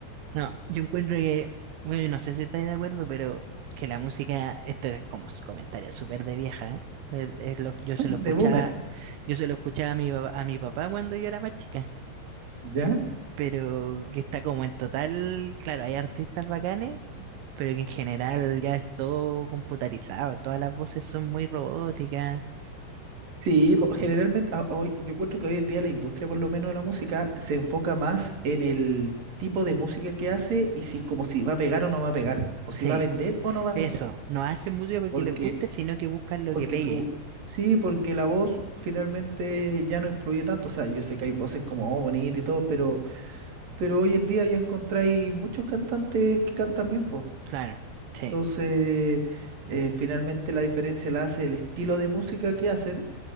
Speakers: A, on the right; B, on the right.
A: No, yo encuentro que, bueno, no sé si estáis de acuerdo, pero que la música, esto es como un comentario súper de vieja, ¿eh? Es- es lo- yo se
B: De
A: lo escuchaba,
B: boomer,
A: yo se lo escuchaba a mi papá, a mi papá cuando yo era más chica,
B: ¿ya?
A: pero que está como en total, claro, hay artistas bacanes, pero que en general ya es todo computarizado, todas las voces son muy robóticas.
B: Sí, po- generalmente a- hoy, yo encuentro que hoy en día la industria, por lo menos de la música, se enfoca más en el tipo de música que hace y si es como si va a pegar o no va a pegar, o si
A: Sí,
B: va a vender o no va a vender.
A: eso, no hacen música porque
B: Porque,
A: les guste, sino que buscan lo
B: porque
A: que pegue.
B: su, sí, porque la voz finalmente ya no influye tanto. O sea, yo sé que hay voces como oh, bonita y todo, pero, pero hoy en día ya encontráis muchos cantantes que cantan bien, pues.
A: Claro, sí,
B: Entonces, eh, finalmente la diferencia la hace el estilo de música que hacen